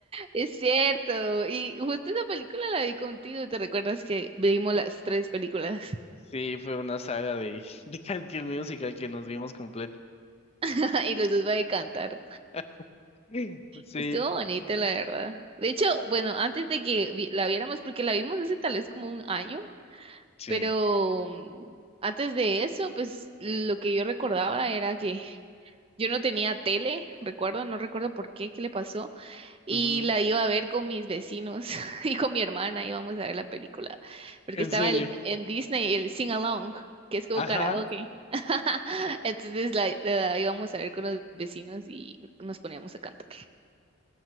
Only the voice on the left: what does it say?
Sí, fue una saga de, <laughs> de High School Musical que nos vimos completa.
<laughs> Sí,
sí.
Ujú.
En
serio.
Ajá.